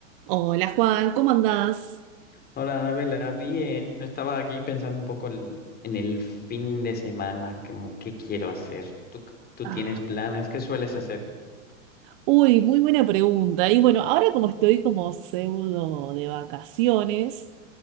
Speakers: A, on the right; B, on the left.
A: Hola Juan, ¿cómo andás?
B: Hola, Anabela, bien. Estaba aquí pensando un poco el- en el fin de semana, como qué quiero hacer. ¿Tú, tú
A: Ah,
B: tienes planes? ¿Qué sueles hacer?
A: Uy, muy buena pregunta. Y bueno, ahora como estoy como pseudo de vacaciones,